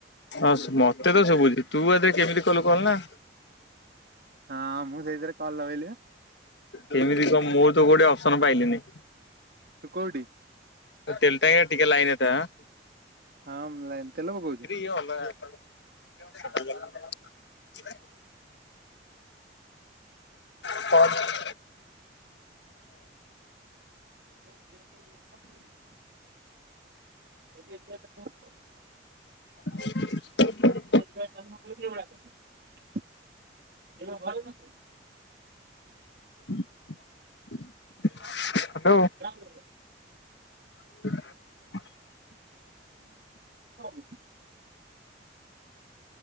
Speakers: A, on the left; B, on the right.
A: ହଁସ୍ ମତେ ତ ଶୁଭୁଛି, ତୁ ଏଧେରେ କେମିତି କଲୁ କଲ୍ ନା?
B: ହଁ ମୁଁ ସେଇଥେରେ କଲ୍ ଲଗେଇଲି ବା।
A: କେମିତି କଣ ମୋର ତ କୋଉଠି ଅପସନ ପାଇଲିନି?
B: ତୁ କୋଉଠି?
A: ତେଲ ଟାଙ୍କିରେ ଟିକେ ଲାଇନ ଥା ଆଁ।
B: ହଁ ମୁଁ ଲାଇନ୍, ତେଲ ପକଉଛୁ?
A: ଟିକେ ଅଲଗା କଲ? ହ୍ୟାଲୋ। <inaudible>
B: ମୁଁ କହିଲି ସେ ଯୋଉ <unintelligible> <unintelligible>
A: <inaudible>
B: <unintelligible> ଏବେ ଘରେ ନଥିବେ?
A: ହ୍ୟାଲୋ।
B: <unintelligible>
A: ହ <inaudible>
B: ହଉ।